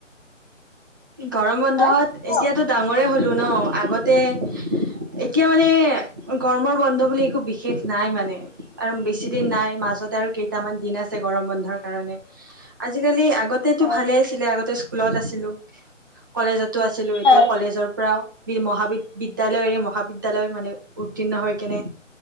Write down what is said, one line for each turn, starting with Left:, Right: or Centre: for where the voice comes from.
Right: গৰম বন্ধত
Left: হা? হয়
Right: এতিয়াতো ডাঙৰে হয় <unintelligible> ছিলু ন' আগতে, এতিয়া মানে গৰমৰ বন্ধ বুলি একো বিশেষ নাই মানে আৰু বেছ কিছিদিন নাই মাজত আৰু কেইটামান দিন আছে ছিল গৰম বন্ধৰ কাৰণে। আজিকালি আগতেতো
Left: হয়
Right: ভালে আছিলে, আগতে স্কুলত আছিলো। কলেজতো আছিলো, এতিয়া
Left: হয়,
Right: কলেজৰ পৰাও মহিদ মহাবিদ্যালয়ৰে মহাবিদ্যালয় মানে উত্তীৰ্ণ হৈ কেনে